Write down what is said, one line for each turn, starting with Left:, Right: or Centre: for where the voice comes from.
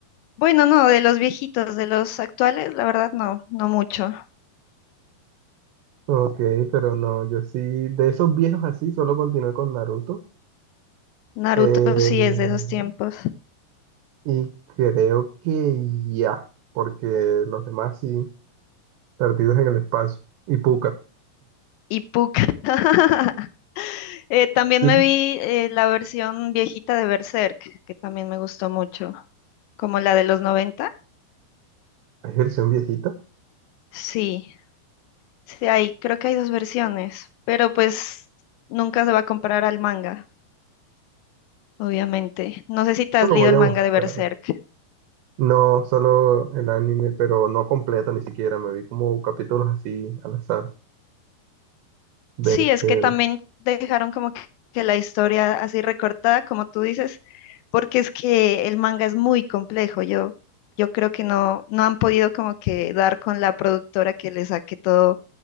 Left: Bueno, no, de los viejitos, de los actuales, la verdad no, no mucho.
Right: Ok, pero no, yo sí, de esos viejos así, solo continué con Naruto.
Left: Naruto
Right: Eh,
Left: sí es de esos tiempos.
Right: y creo que ya, porque los demás sí, perdidos en el espacio. Y Puka.
Left: Y Puck. <laughs> Eh, también
Right: Sí.
Left: me vi eh, la versión viejita de Berserk, que también me gustó mucho, como la de los noventa
Right: ¿Hay versión viejita?
Left: Sí, sí hay, creo que hay dos versiones, pero pues nunca se va a comparar al manga, obviamente. No sé si te
Right: Eso
Left: has
Right: lo
Left: leído
Right: voy
Left: el
Right: a
Left: manga
Right: buscar.
Left: de Berserk.
Right: No, solo el anime, pero no completo ni siquiera. Me vi como capítulos así al azar. Berserk.
Left: Sí, es que también dejaron como que, que la historia así recortada, como tú dices, porque es que el manga es muy complejo. Yo, yo creo que no, no han podido como que dar con la productora que le saque todo,